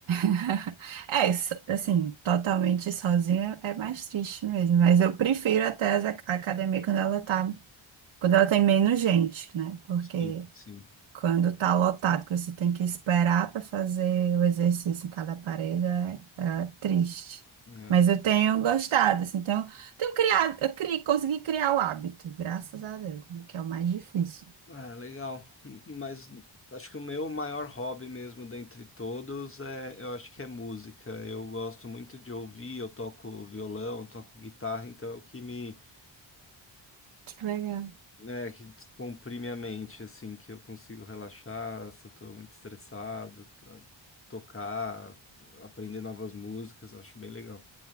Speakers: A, on the right (about 70°); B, on the left (about 25°).
A: <laughs> É, so- assim, totalmente sozinha é mais triste mesmo, mas eu prefiro até as ac- a academia quando ela tá, quando ela tem menos gente, né? Porque
B: Sim, sim.
A: Quando tá lotado, que você tem que esperar para fazer o exercício em cada aparelho, é, é triste.
B: É.
A: Mas eu tenho gostado, assim, tenho, tenho criado, eu criei, consegui criar o hábito, graças a Deus, né, que é o mais difícil.
B: Ah, legal. Mas acho que o meu maior hobby mesmo dentre todos é, eu acho que é música. Eu gosto muito de ouvir, eu toco violão, eu toco guitarra, então é o que me,
A: Que legal.
B: né, que descomprime a mente, assim, que eu consigo relaxar, se eu tô muito estressado, t- tocar, aprender novas músicas, eu acho bem legal.